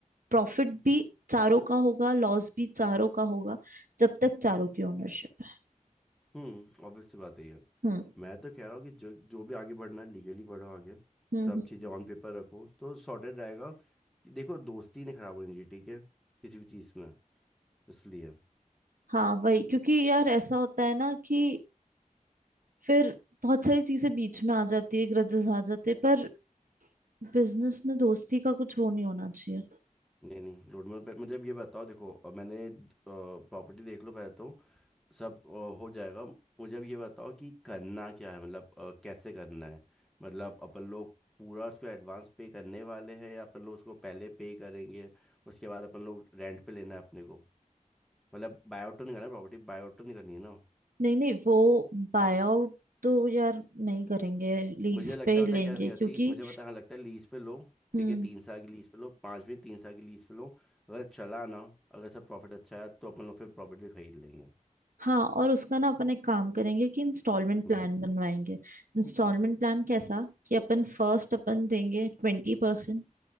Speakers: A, on the right; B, in the centre.
A: प्रॉफिट भी चारों का होगा लॉस भी चारों का होगा जब तक चारों की ओनरशिप है
B: हम्म ऑब्वियस सी बात है ये
A: हम्म
B: मैं तो कह रहा हूँ कि जो जो भी आगे बढ़ना है लीगली बढ़ो आगे
A: हम्म
B: सब
A: हम्म।
B: चीज़ें ऑन पेपर रखो तो सॉर्टेड रहेगा कि देखो दोस्ती नहीं खराब होनी चाहिए ठीक है किसी भी चीज़ में इसलिए
A: हाँ वही क्योंकि यार ऐसा होता है ना कि फिर बहुत सारी चीजें बीच में आ जाती है ग्रजेस आ जाते हैं पर बिजनेस में दोस्ती का कुछ वो नहीं होना चाहिए
B: नहीं नहीं रोडमेप पे मुझे अब ये बताओ देखो अ, मैंने प्रॉपर्टी देख लो पहले तो सब अ, हो जाएगा मुझे अब ये बताओ कि करना क्या है मतलब अ, कैसे करना है मतलब अपन लोग पूरा उसको एडवांस पे करने वाले हैं या अपन लोग उसको पहले पे करेंगे उसके बाद अपन लोग रेंट पे लेना है अपने को मतलब बायोट तो नहीं करना प्रॉपर्टी बायोट तो नहीं करनी है ना
A: नहीं नहीं वो बाय आउट तो यार नहीं करेंगे लीज
B: मुझे लगता
A: पे ही
B: है
A: लेंगे
B: पता है क्या नहीं होती
A: क्योंकि
B: मुझे पता हाँ लगता है लीज पे लो
A: हम्म
B: ठीक है तीन साल की लीज पे लो पाँच में तीन साल की लीज पे लो अगर चला ना अगर सब प्रॉफिट अच्छा है तो अपन लोग फिर प्रॉपर्टी खरीद लेंगे
A: हाँ और उसका ना अपन एक काम करेंगे कि इंस्टॉलमेंट
B: हम्म
A: प्लान बनवाएंगे इंस्टॉलमेंट प्लान कैसा कि अपन फर्स्ट अपन देंगे ट्वेंटी परसेंट